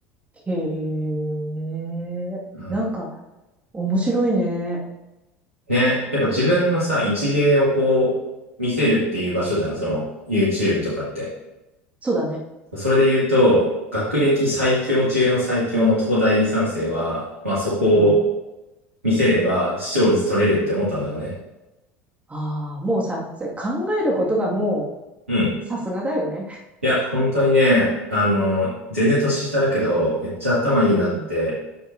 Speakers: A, on the right; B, on the right.
A: へえ。
B: うん。
A: なんか面白いね。
B: ね、やっぱ自分のさ、一芸をこう、見せるっていう場所じゃん、その YouTube とかって。
A: そうだね。
B: それで言うと、学歴最強中の最強の東大理三生は、まあそこを
A: うん。
B: 見せれば視聴率取れるって思ったんだろうね。
A: ああ、もうさ、それ考えることがもう、
B: うん。
A: さすがだよね。
B: いや、本当にね、あのー全然年下だけど、めっちゃ頭いいなって
A: うん。